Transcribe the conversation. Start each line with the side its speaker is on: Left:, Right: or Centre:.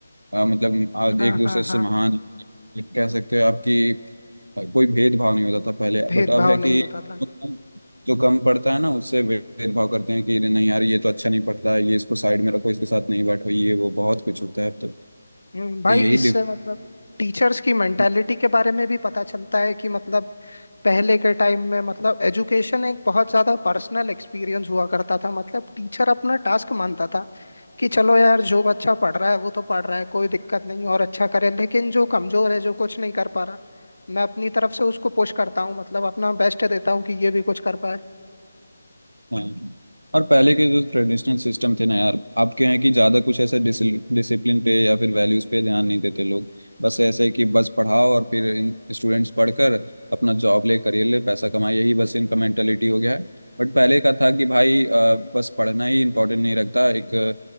Right: अ, मतलब अ,
Left: हाँ
Right: एक दूसरे
Left: हाँ
Right: से
Left: हाँ
Right: महान कह सकते हो आपकी कोई भेदभाव नहीं होता था पहले
Left: भेदभाव
Right: बट अब है
Left: नहीं
Right: कि
Left: होता था
Right: जो कम जो कम पढ़ता है ना उससे भेदभाव करते हैं कि नहीं यार ये तो अच्छा नहीं पढ़ता है ये इसको साइड में रखो इसके साथ नहीं बैठो ये वो बहुत कुछ होता है अब तो तो
Left: हम्म, भाई
Right: यही
Left: इससे मतलब टीचर्स की
Right: डिफरेंस
Left: मेंटालिटी के बारे में भी पता चलता है कि मतलब पहले के टाइम में मतलब एजुकेशन एक बहुत ज्यादा पर्सनल एक्सपीरियंस हुआ करता था मतलब टीचर अपना टास्क मानता था कि चलो यार जो बच्चा पढ़ रहा है वो तो पढ़ रहा है कोई दिक्कत नहीं और अच्छा करे लेकिन जो कमजोर है जो कुछ नहीं कर पा रहा मैं अपनी तरफ से उसको पुश करता हूँ मतलब अपना बेस्ट देता हूँ कि ये भी कुछ कर पाए
Right: हाँ और पहले के जो ट्रेडिशनल सिस्टम थे ना यार आपके यहाँ की ज्यादा कुछ ऐसे डिसिप्लिन पे या फिर वैल्यूज पे ध्यान नहीं देते लोग बस ऐसे कि बस पढ़ाओ और फिर स्टूडेंट्स पढ़कर अपना जॉब ले करियर ले पैसा कमाए यही बस इनका मेंटेलिटी हो गया है बट पहले का था कि भाई अ, बस पढ़ना ही इम्पोर्टेंट नहीं रखता एक अ,